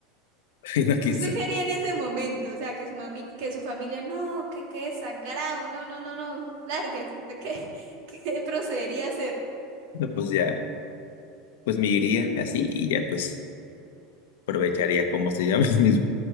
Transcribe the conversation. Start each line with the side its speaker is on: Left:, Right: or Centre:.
Left: <laughs> y no quién
Right: ¿Usted
Left: sabe.
Right: qué haría en ese momento? O sea, que su mami, que su familia, no, que qué desagrado, no, no, no, no, lárguese, ¿usted qué, <laughs> qué procedería a hacer?
Left: No, pues ya, pues me iría así y ya, pues aprovecharía, ¿cómo se llama? <laughs> Mis-